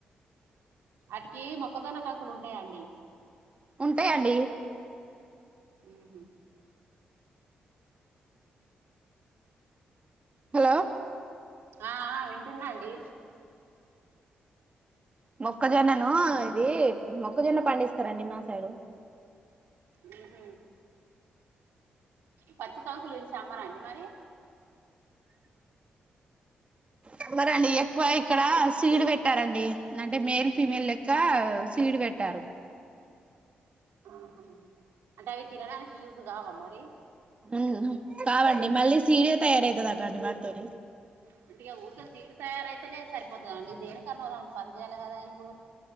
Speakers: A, on the right; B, on the right.
A: ఆటికి మొక్కజొన్న కంకుల్ ఉంటయా అండి
B: ఉంటయండి
A: ఊహు.
B: హలో.
A: ఆహ్ వింటున్న అండి.
B: మొక్కజొన్ననూ ఇది మొక్కజొన్న పండిస్తరండి మా సైడు.
A: ఊహు. పచ్చి కంకుల్ ఈడ్చి అమ్మరా అండి మరి.
B: అమ్మరండి ఎక్వ ఇక్కడ సీడ్ వెట్టారండి నంటె మేల్ ఫీమేల్ లెక్క సీడ్ వెట్. పెట్టారు.
A: ఆహా అంటె అవి తినడానికి యూజ్ గావ మరి.
B: ఊహు కావండి మళ్ళీ సీడే తయారైతదట అండి వాటితోని.
A: అంటె ఇగ ఊకె సీడ్ తయారైతేనే సర్పోతదా అండి దేనికన్న ఒకదానికి పని చేయాలె గదా ఇప్పుడు.